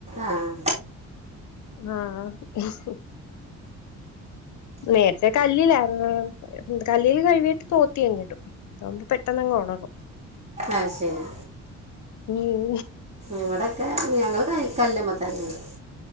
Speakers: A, on the right; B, on the left.
A: ആഹ്
B: ആഹ് സു നേരത്തെ കല്ലിലാരുന്ന് കല്ലില് കഴ് വിയിട്ട് തോത്തിഅങ്ങിടും അതോണ്ട് പെട്ടെന്ന്ങ് ഒണങ്ങും
A: അഹ്ശരി
B: ഉം
A: ഇവിടക്കെ ഞങ്ങൾ ക കല്ലുമ്മേ തന്നേണ്